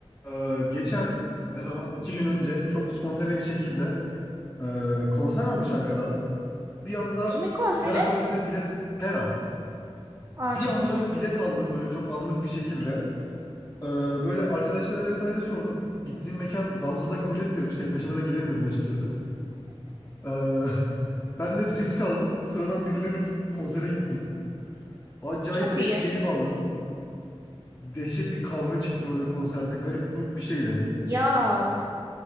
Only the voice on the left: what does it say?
Ee, geçen ne zaman iki gün önce çok spontane bir şekilde e, konser varmış Ankara'da. Bir anda
Pera konserine bilet Pera
bir
anda
bilet aldım böyle çok anlık bir şekilde. Ee, böyle arkadaşlara vesaire sordum. Gittiğim mekan damsız da kabul etmiyormuş. Tek başıma da giremiyordum açıkçası. Ee, <laughs> ben de risk aldım. Sıradan birilerini bulup konsere gittim. Acayip
de
keyif aldım. Dehşet bir kavga çıktı böyle konserde. Garip grup bir şeydi.